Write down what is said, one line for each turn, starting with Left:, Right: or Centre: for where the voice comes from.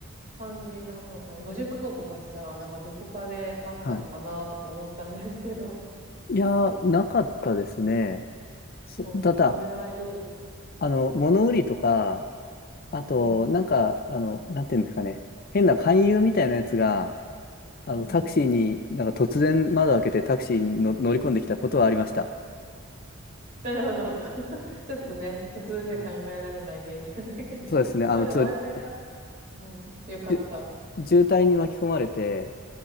Right: 感じなのかな。50カ国も行ってたら、なんかどこかであったのかなとか思ったんですけど。
Left: はい。いやー、なかったですね。
Right: <laughs>
Left: そ、
Right: うん、
Left: ただ、
Right: それはいいです。
Left: あの、物売りとか、あと、
Right: うん、
Left: なんか、あの、なんていうんですかね。変な勧誘みたいなやつが、
Right: うん、
Left: あの、タクシーに、
Right: うん。
Left: なんか突然窓開けてタクシーにの乗り込んできたことはありました。
Right: なるほど。<laughs> ちょっとね、普通じゃ考えられない経験だけど。
Left: はいそうですね。
Right: <laughs>
Left: あの、
Right: まあでも安全だった。
Left: ちょっと、
Right: うん、よかった。
Left: じゅ渋滞に巻き込まれて、